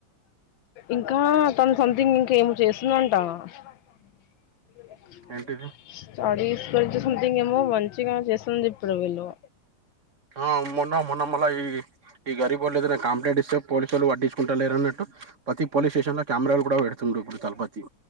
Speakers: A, on the left; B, on the right.
A: ఇంకా తను సంథింగ్ ఇంకా ఏం చేస్తుందంటావా <unintelligible>
B: ఏంటిది
A: సంథింగ్ ఏమో మంచిగా చేస్తుంది ఇప్పుడు వీళ్ళు
B: ఆ మొన్న మొన్న మళ్ళ ఈ ఈ గరిీ బోర్లు ఏదైనా కంప్లంట్ ఇస్తే పోలీసుళ్ళుడ్టించకుంటారు లేరన్నట్టు ప్రతి పోలీస్ స్టేషన్ లో కెమెరాలు కూడా పెడుతుండు ఇప్పుడు తలపతి